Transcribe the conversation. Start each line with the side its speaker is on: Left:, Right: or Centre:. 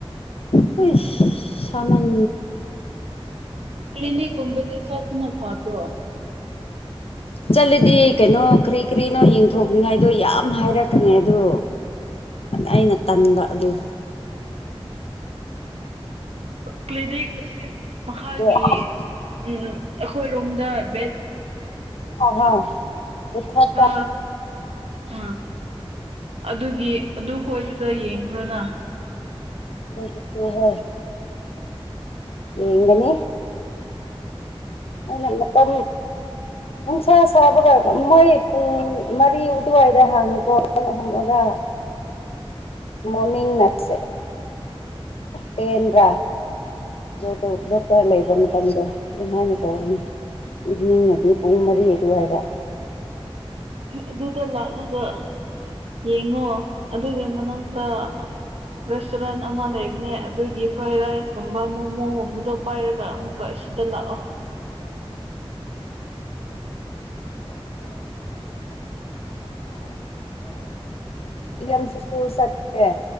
Left: ꯍ ꯁꯃꯟ
Right: ꯀ꯭ꯂꯤꯅꯤꯛꯀꯨꯝꯕꯗ ꯆꯠꯇꯄꯨꯅ ꯐꯥꯗ꯭ꯔꯣ
Left: ꯎ ꯆꯠꯂꯗꯤ ꯀꯩꯅꯣ ꯀꯔꯤ ꯀꯔꯤꯅꯣ ꯌꯦꯡꯊꯣꯛꯅꯤꯡꯉꯥꯏꯗꯣ ꯌꯥꯝ ꯍꯥꯏꯔꯛꯈ꯭ꯔꯦ ꯑꯗꯣ ꯑꯩꯅ ꯇꯟꯕ ꯑꯗꯨ
Right: ꯀ꯭ꯂꯤꯅꯤꯛ ꯑꯁꯤ ꯃꯍꯥꯛꯀꯤꯒꯤ
Left: ꯑꯗꯣ
Right: ꯎꯝ ꯑꯩꯈꯣꯏ ꯔꯣꯝꯗ ꯕꯦꯠ
Left: ꯍꯥꯎ ꯄꯤꯊꯛꯄ
Right: ꯗ ꯑꯥ ꯑꯗꯨꯒꯤ ꯑꯗꯨ ꯈꯣꯏꯗꯨꯗ ꯌꯦꯡꯈ꯭ꯔꯣꯅ
Left: ꯂꯩꯠꯇ ꯍꯣꯏ ꯑꯦꯉꯅꯦ ꯑ ꯅꯃꯄ ꯟꯁꯥ ꯁꯥꯕꯒ ꯃꯣꯏ ꯄꯨꯡ ꯃꯔꯤ ꯑꯗꯨꯋꯥꯏꯗ ꯍꯥꯡꯉꯤꯀꯣ ꯄꯨꯡ ꯑꯍꯨꯝꯗ ꯃꯣꯔꯅꯤꯡꯅꯁꯦ ꯄꯟ꯭ꯔꯥ ꯌꯣꯛꯇ ꯗꯣꯛꯇꯔ ꯂꯩꯕ ꯃꯇꯝꯗꯣ ꯑꯗꯨꯝ ꯍꯥꯏꯅ ꯇꯧꯧꯕꯅꯦ ꯏꯚꯅꯤꯡꯅꯗꯤ ꯄꯨꯡ ꯃꯔꯤ ꯑꯗꯨꯋꯥꯏꯗ
Right: ꯑꯗꯨꯗ ꯂꯥꯛꯂꯒ ꯌꯦꯡꯉꯣ ꯑꯗꯨꯒꯤ ꯃꯅꯥꯛꯇ ꯔꯦꯁꯇꯨꯔꯦꯟ ꯑꯃ ꯂꯩꯕꯅꯦ ꯑꯗꯨꯒꯤ ꯐ꯭ꯔꯥꯏ ꯔꯥꯏꯁꯀꯨꯝꯕ ꯃꯣꯃꯣꯒꯨꯝꯕꯗꯣ ꯄꯥꯏꯔꯒ ꯑꯃꯨꯛꯀ ꯁꯤꯗ ꯂꯥꯛꯑꯣ
Left: ꯑ ꯁꯀꯨꯜ ꯆꯠ꯭ꯔꯦ